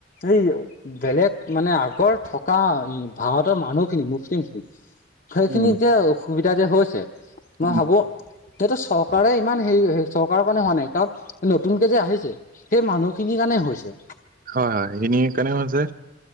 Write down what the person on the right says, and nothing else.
উম
উম
হয় হয় সেইখিনি কাৰণে হৈছে